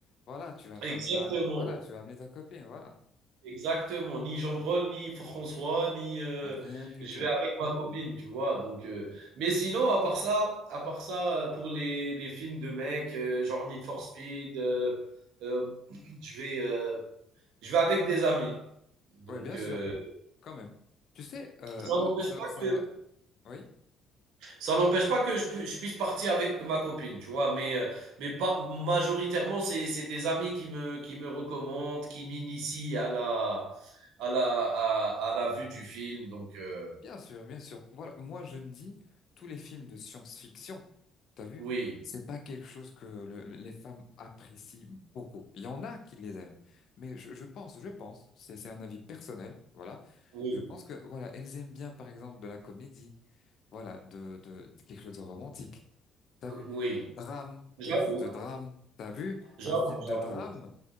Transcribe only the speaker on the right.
exactement.
Exactement, ni Jean-Paul, ni François, ni heu,
je
vais avec ma copine, tu vois? Donc heu, mais sinon, à part ça à part ça, heu, pour les les films de mecs, heu, genre Need for Speed, heu, hem, <clears throat> je vais, heu, je vais avec des amis. Donc
heu,
ça n'empêche
pas
que
Ça n'empêche pas que je, pu- je puisse partir avec ma copine, tu vois, mais, euh, mais pas, majoritairement, c'est, c'est des amis qui me, qui me recommandent, qui m'initient à la, à la, à, à la vue du film. Donc, euh,
oui,
oui,
oui.
J'avoue,
j'avoue,
j'avoue.